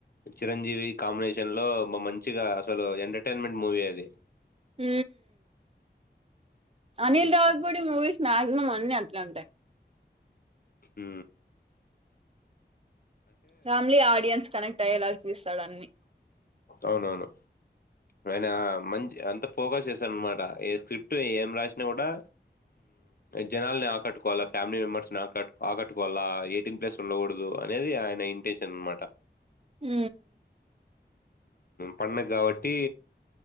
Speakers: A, on the left; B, on the right.
A: చిరంజీవి కాంబినేషన్ లో మంచిగా అసలు ఎంటర్టైన్మెంట్ మూవీ అది
B: హ Anil Ravipudi movies maximum అన్ని అట్లా ఉంటాయి
A: హ
B: ఫ్యామిలీ ఆడియన్స్ కనెక్ట్ అయ్యేలాగా చూస్తాడు అన్ని
A: అవునవును ఆనా మంచి అంత ఫోకస్ చేసాను అనమాట ఏ స్క్రిప్ట్ ఏం రాసినా కూడా జనల్ని ఆకట్టుకోవాలా ఫ్యామిలీ మెంబర్స్ ని ఆకట్ ఆకట్టుకోవాలా ఎయిటీన్ ప్లేస్ ఉండకూడదు అనేది ఆయన ఇంటెషన్ అనమాట
B: హ
A: పడుది కాబట్టి